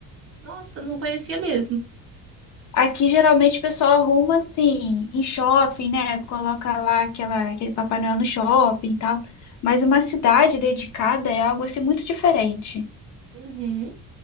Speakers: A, on the right; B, on the left.
A: Nossa, não conhecia mesmo.
B: Aqui geralmente o pessoal arruma assim, em shopping, né? Coloca lá aquela, aquele Papai Noel no shopping e tal. Mas uma cidade dedicada é algo assim muito diferente.
A: Uhum.